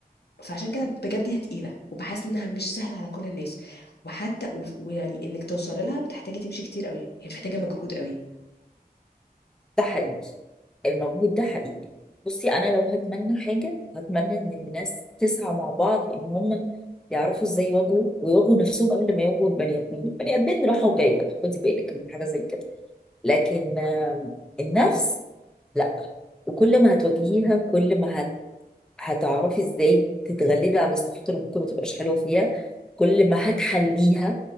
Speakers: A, on the left (about 80°); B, in the centre.
A: فعشان كده بجد هي تقيله وبحس انها مش سهله على كل الناس وحتى وف- ويعني انك توصل لها بتحتاجي تمشي كتير قوي هي محتاجه مجهود قوي
B: ده حقيقي المجهود ده حقيقي بصي انا لو هتمنى حاجه هتمنى ان الناس تسعى مع بعض ان هم يعرفوا ازاي يواجهوا ويواجهوا نفسهم قبل ما يواجهوا البني ادمين البني ادمين راحه وجايه خدي بالك من حاجه زي كده لكن آم، النفس لا وكل ما هتواجهيها كل ما هت... هتعرفي ازاي تتغلبي على الصفات اللي ممكن ما تبقاش حلوه فيها كل ما هتحليها